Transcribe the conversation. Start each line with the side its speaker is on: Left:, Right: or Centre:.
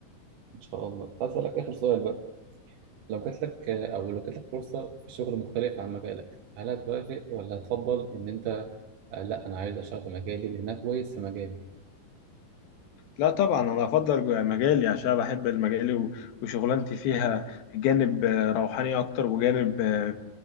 Right: ان شاء الله هسألك اخر سؤال بقى لو جات لك او لو جات لك فرصه في شغل مختلف عن مجالك هل هتوافق ولا هتفضل ان انت آه، لا انا عايز اشتغل في مجالي لان انا كويس في مجالي
Left: لا طبعا انا افضل مجالي عشان بحب المجالي و- وشغلانتي فيها جانب آه، روحاني اكتر وجانب آه،